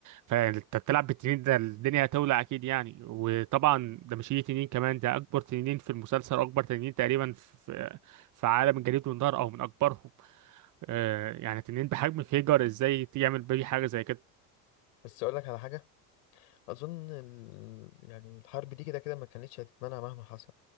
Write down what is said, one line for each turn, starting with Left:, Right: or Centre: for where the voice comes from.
Right: فانت بتلعب بالتنين ده الدنيا هتولع اكيد يعني وطبعا ده مش اي تنين كمان ده اكبر تنين في المسلسل واكبر تنين تقريبا في في عالم الجليد والنار او من اكبرهم آه يعني تنين بحجم فيجر ازاي يعمل بيه حاجه زي كده
Left: بس اقول لك على حاجة اظن ال... يعني الحرب دي كده كده ما كانتش هتتمنع مهما حصل